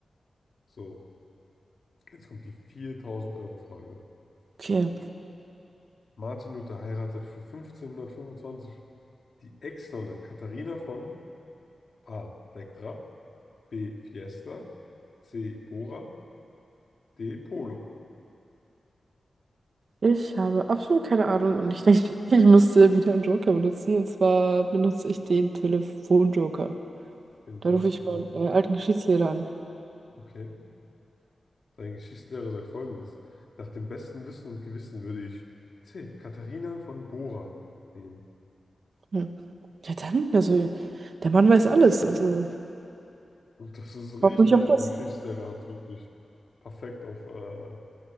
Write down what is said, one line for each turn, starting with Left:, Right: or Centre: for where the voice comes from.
Left: So, jetzt kommt die 4000 Euro Frage.
Right: Okay,
Left: Martin Luther heiratet für 1525 die Ex-Nonne Katharina von A. Vectra, B. Fiesta, C. Bora, D. Polo.
Right: ich habe absolut keine Ahnung und ich denke, <laughs> ich müsste wieder einen Joker benutzen. Und zwar benutze ich den Telefonjoker.
Left: Ihren
Right: Da
Left: Telefonbuch.
Right: rufe ich meinen äh, alten Geschichtslehrer an.
Left: Okay. Dein Geschichtslehrer sagt Folgendes. Nach dem besten Wissen und Gewissen würde ich C. Katharina von Bora nehmen.
Right: Hm. Ja, dann, also, der Mann weiß alles. Also,
Left: Und Das ist richtig.
Right: hoffe ich auf das.
Left: Die Geschichtslehrer hat wirklich perfekt auf äh,